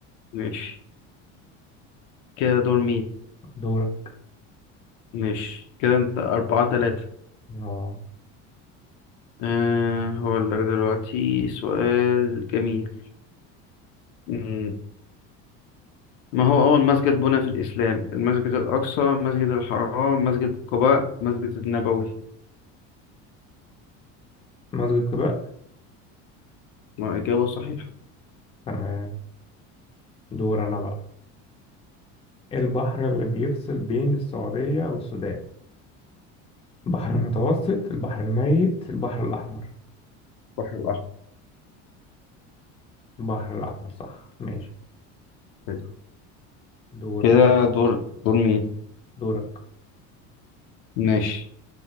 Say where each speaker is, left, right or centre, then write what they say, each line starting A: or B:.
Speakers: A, on the left (about 75°); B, on the left (about 15°).
A: ماشي كده دور مين
B: دورة
A: ماشي كده انت أربعة تلاتة
B: اه
A: أه هقول لك دلوقتي سؤال جميل مم. ما هو أول مسجد بنى في الإسلام المسجد الأقصى مسجد الحرام مسجد قباء مسجد النبوي
B: مسجد قباء
A: ما إجابة صحيحة
B: تمام دور أنا بقى إيه البحر اللي بيفصل بين السعودية والسودان البحر المتوسط البحر الميت البحر الأحمر
A: البحر الأحمر
B: البحر الأحمر صح ماشي
A: حلو.
B: دورك
A: كده دور دور مين
B: دورك
A: ماشي